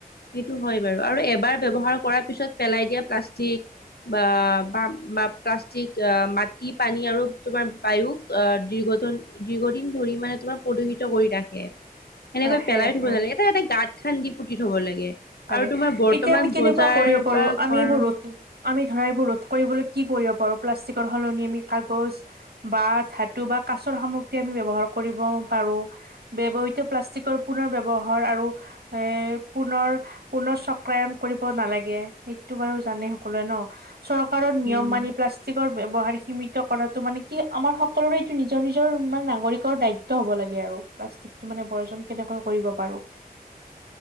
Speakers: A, on the left; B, on the right.
A: সেইটো হয় বাৰু। আৰু এবাৰ ব্যৱহাৰ কৰাৰ পিছত পেলাই দিয়া প্লাষ্টিক বা বা প্লাষ্টিক, মাটি, পানী আৰু তোমাৰ বায়ু অ' দীৰ্ঘ দীৰ্ঘদিন ধৰি মানে তোমাৰ প্ৰদূষিত কৰি ৰাখে।
B: <unintelligible>
A: সেনেকৈ পেলাই
B: ৰাখে
A: থ'ব নালাগে। এটা এটা গাঁত খান্দি পুতি থ'ব লাগে।
B: তাকে
A: আৰু তোমাৰ বৰ্তমান
B: এতিয়া আমি কেনেকুৱা
A: বজাৰ
B: কৰিব পাৰোঁ,
A: বা
B: আমি
A: ঘৰ
B: এইবোত আমি ধৰা এইবোৰ ৰোধ কৰিবলৈ কি কৰিব পাৰোঁ, প্লাষ্টিকৰ সলনি আমি কাগজ বা ধাতু বা কাছৰ সামগ্ৰী আমি ব্যৱহাৰ কৰিব পাৰোঁ। ব্যৱহৃত প্লাষ্টিকৰ পুনৰ ব্যৱহাৰ আৰু এ, পুনৰ পুনৰ চক্ৰায়ন কৰিব নালাগে, সেইটো বাৰু জানে সকলোৱে ন'? চৰকাৰৰ নিয়ম
A: উম
B: মানি প্লা পাষ্টিকৰ ব্যৱহাৰ সীমিত কৰাটো মানে কি আমাৰ সকলোৰে এইটো নিজৰ নিজৰ মানে নাগৰিকৰ দায়ি হ'ব লাগে আৰু, প্লাষ্টিকটো মানে বৰ্জন কেনেকৈ কৰিব পাৰোঁ।